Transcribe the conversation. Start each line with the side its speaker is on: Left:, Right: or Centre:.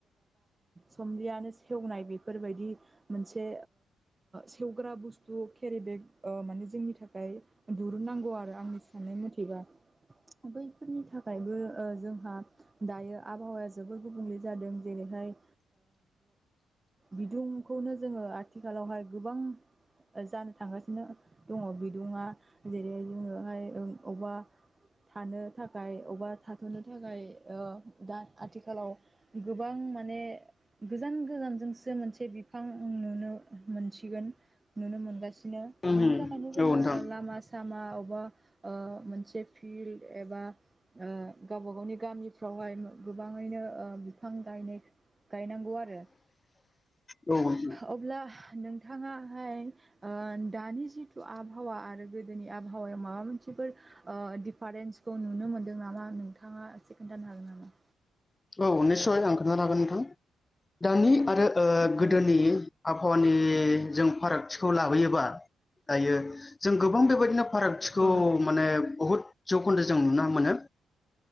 Right: समलियानो सेवनाय बेफोरबायदि मोनसे सेवग्रा बुस्थु केरि बेग माने जोंनि थाखाय दुरुननांगौ आरो आंनि साननाय मथेबा
Left: <inaudible>
Right: बैफोरनि थाखायबो जोंहा दायो आबहावाया जोबोर गुबुंले जादों जेरैहाय। बिदुंखौनो जोङो आथिखालावहाय गोबां जानो थांगासिनो दङ बिदुंआ जेरै जोंङोहाय अबा थानो थाखाय अबेबा थाथ'नो थाखाय दा आथिखालाव गोबां माने। गोजान गोजानजोंसो मोनसे बिफां नुनो मोनसिगोन नुनो मोनगासिनो। बिनो
Left: उम
Right: बिनि थाखायनो जोङो
Left: औ नोंथां
Right: लामा सामा मा अबबा मोनसे फिल्ड एबा। गावबा गावनि गामिफ्रावहाय गोबाङैनो बिफां गायनाय। गायनांगौ आरो
Left: औ
Right: अब्ला नोंथाङाहाय दानि जिथु आबहावा आरो गोदोनि आबहावायाव माबा मोनसे बेफोर डिफारेन्सखौ नुनो मोनदों नामा नोंथाङा एसे खोन्थानो हागोन नामा।
Left: औ निदसय आं खोन्थानो हागोन नोंथां। दानि आरो गोदोनि
Right: औ
Left: आबहावानि जों फारागथिखौ लाबोयोबा। दायो जों गोबां बेबायदिनो फारागथिखौ
Right: औ
Left: माने बहुद जौखोन्दो जों नुनो मोनो